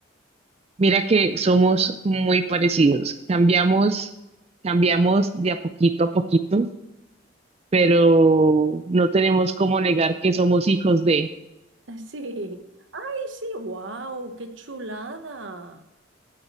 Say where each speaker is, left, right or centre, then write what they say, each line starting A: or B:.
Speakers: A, on the right; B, on the right.
A: mira que somos muy parecidos. Cambiamos, cambiamos de a poquito a poquito pero no tenemos cómo negar que somos hijos de,
B: <laughs> Sí. ¡Ay, sí! ¡Wow! ¡Qué chulada!